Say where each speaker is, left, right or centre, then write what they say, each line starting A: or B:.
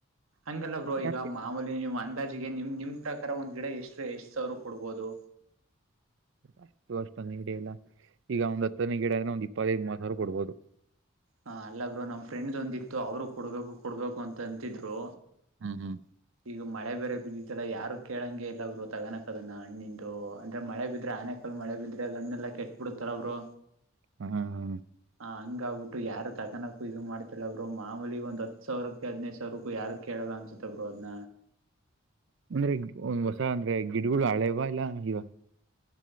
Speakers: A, on the right; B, on the right.
A: ಹಂಗಲ್ಲ ಬ್ರೋ ಈಗ
B: ಯಾಕೆ
A: ಮಾಮೂಲಿ ನಿಮ್ಮ್ ಅಂದಾಜಿಗೆ ನಿಮ್ ನಿಮ್ ಪ್ರಕಾರ ಒಂದ್ ಗಿಡ ಎಷ್ಟೇ ಎಷ್ಟು ಸಾವಿರ ಕೊಡ್ಬೋದು
B: ಅಷ್ಟು ಅಷ್ಟೊ ಗಿಡ ಇಲ್ಲ ಈಗ ಒಂದ್ ಹತ್ತನೇ ಗಿಡ ಆದಂದ್ರೆ ಒಂದ್ ಇಪ್ಪತ್ತೈದು ಮೂವತ್ ಸಾವಿರ ಕೊಡ್ಬೋದು
A: ಹ ಅಲ್ಲಬ್ರು ನಮ್ ಫ್ರೆಂಡ್ ಒಂದಿತ್ತು ಅವರು ಕೊಡ್ಬೇಕು ಕೊಡ್ಬೇಕು ಅಂತ ಅಂತಿದ್ರು
B: ಹ್ಮ್ ಹ್ಮ್
A: ಈಗ ಮಳೆ ಬೇರೆ ಬಿದ್ದಿದ್ದಲ್ಲ ಯಾರು ಕೇಳಂಗೆ ಇಲ್ಲ ಗರು ತಗಣಕ್ದ ಹಣ್ಣ ನಿಂದು ಅಂದ್ರೆ ಮಳೆ ಬಿದ್ರೆ ಆನೆ ಕಾಲ ಮಳೆ ಬಿದ್ರೆ ಗಣ್ಣೆಲ್ಲ ಕೆಟ್ಟಟ್ ಬಿಡತಾರ ಬ್ರೋ
B: ಹಾ ಹಾ
A: ಹಂಗುತ್ತೆ ಯಾರ ತಗಕೋಕು ಇದು ಮಾಡ್ತಿಲ್ಲ ಬರು ಮಾಮೂಲಿ ಒಂದ ಹ ಸಾವಿರಕ್ಕೆ ಹದಿನೈದು ಸಾವರಕ್ಕೂ ಯಾರು ಕೇಳೋದ ಅನ್ಸುತ್ತೆ ಬರು ಅನ್ನ
B: ಅಂದ್ರೆ ಹೊಸ ಅಂದ್ರೆ ಗಿಡಗಳು ಹಳೆವಾ ಇಲ್ಲ ಇವ